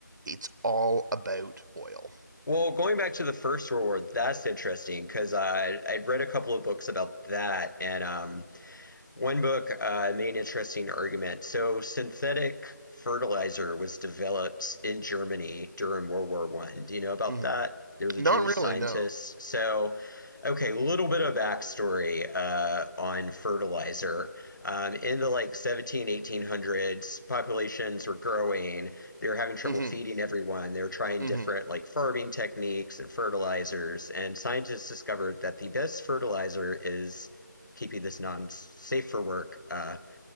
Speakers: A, on the right; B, on the left.
A: it's all about oil.
B: Well, going back to the First World War, that's interesting because I I'd read a couple of books about that, and um, One book uh, made an interesting argument. So synthetic fertilizer was developed in Germany during World War One. Do you know about
A: hmm
B: that? There was a
A: Not
B: Jewish scientist.
A: really, no.
B: So, okay, a little bit of backstory uh, on fertilizer. Um, in the like seventeen, eighteen hundreds, populations were growing. They were having trouble
A: hmm
B: feeding everyone. They were trying
A: hmm
B: different like farming techniques and fertilizers. And scientists discovered that the best fertilizer is keeping this non safe for work uh,